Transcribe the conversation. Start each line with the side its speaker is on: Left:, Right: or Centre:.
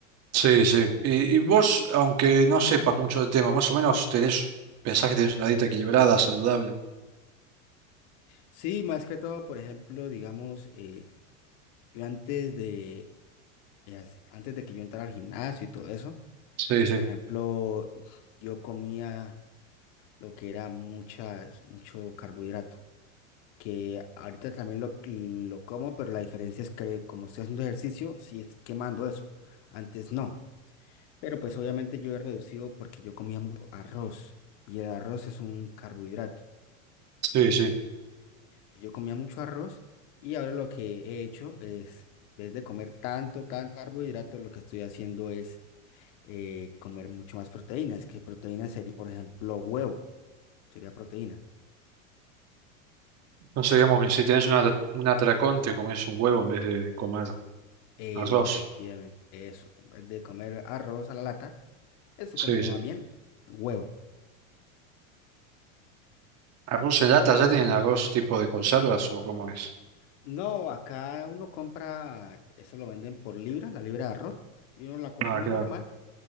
Right: sí, sí. Y, y vos, aunque no sepas mucho del tema, más o menos tenés, pensás que tenés una dieta equilibrada, saludable.
Left: Sí, más que todo, por ejemplo, digamos, eh, yo antes de, eh, hace- antes de que yo entrara al gimnasio y todo eso,
Right: Sí, sí,
Left: por ejemplo, yo comía lo que era muchas, mucho carbohidrato, que ahorita también lo, lo como, pero la diferencia es que como estoy haciendo ejercicio, sí es quemando eso, antes no. Pero pues obviamente yo he reducido porque yo comía mucho arroz y el arroz es un carbohidrato.
Right: sí, sí.
Left: Yo comía mucho arroz y ahora lo que he hecho es, en vez de comer tanto, tanto carbohidrato, lo que estoy haciendo es eh, comer mucho más proteínas, que proteína sería, por ejemplo, huevo, sería proteína.
Right: Entonces digamos que si tienes una- un atracón, te comes un huevo en vez de comer
Left: Efectivamente,
Right: arroz.
Left: eso, en vez de comer arroz a la lata, estoy comiendo
Right: Sí, sí.
Left: más bien huevo.
Right: ¿Arroz en lata? ¿Ya tienen arroz tipo de conservas o cómo es?
Left: No, acá uno compra, eso lo venden por libra, la libra de arroz, y uno la cocina
Right: Ah, claro.
Left: normal,